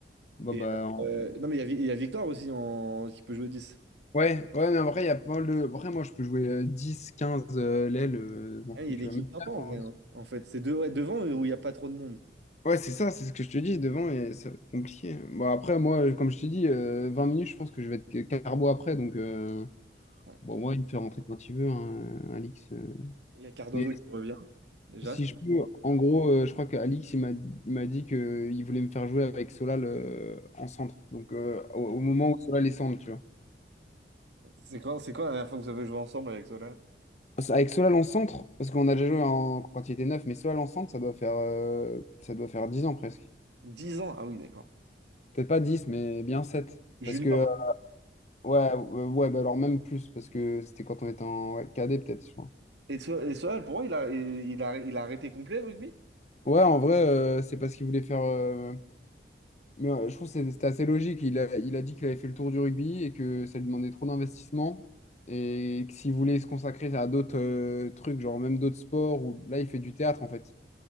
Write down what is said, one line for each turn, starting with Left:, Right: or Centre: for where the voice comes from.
Left: Bah,
Right: Et,
Left: bah, en-
Right: euh, non, mais il y a, Vi- il y a Victor aussi en... qui peut jouer dix
Left: ouais, ouais, mais après, il y a pas mal de... Après, moi, je peux jouer euh, 10, 15 euh, l'aile, euh, je m'en
Right: Hein,
Left: fous,
Right: Il y a
Left: tu
Right: une équipe
Left: vois. même
Right: sympa
Left: neuf,
Right: en
Left: en
Right: vrai,
Left: vrai.
Right: hein, en fait. C'est de- ouais, devant où il n'y a pas trop de monde.
Left: Ouais, c'est ça, c'est ce que je te dis, devant, et ça va être compliqué. Bon, après, moi, euh, comme je te dis, euh, 20 minutes, je pense que je vais être que carbo après, donc... euh,
Right: Ouais.
Left: Bon, moi, il me fait rentrer quand il veut, hein, Alix. euh.
Right: Il y a Cardozo
Left: Mais
Right: qui revient, déjà.
Left: Si
Right: ça
Left: je peux, en gros, euh, je crois qu'Alix, il m'a il m'a dit qu'il voulait me faire jouer avec Solal euh, en centre. Donc, euh, au, au moment où Solal est centre, tu vois.
Right: C'est quoi c'est quoi la dernière fois que vous avez joué ensemble avec Solal?
Left: Parce- Avec Solal en centre, parce qu'on a déjà joué en, quand il était neuf, mais Solal en centre, ça doit faire, euh, ça doit faire 10 ans presque.
Right: dix ans. Ah oui, d'accord.
Left: Peut-être pas 10, mais bien 7.
Right: Junior.
Left: Parce que, euh, ouais, euh, ouais bah alors même plus, parce que c'était quand on était en ouais, cadet, peut-être, je crois.
Right: Et, So- et Solal, pour moi, il a, il, il a, il a arrêté complet le rugby?
Left: Ouais, en vrai, euh, c'est parce qu'il voulait faire. euh, Mais euh, je trouve que c'est- c'était assez logique. Il a, il a dit qu'il avait fait le tour du rugby et que ça lui demandait trop d'investissement et que s'il voulait se consacrer à d'autres euh, trucs, genre même d'autres sports, ou là il fait du théâtre en fait.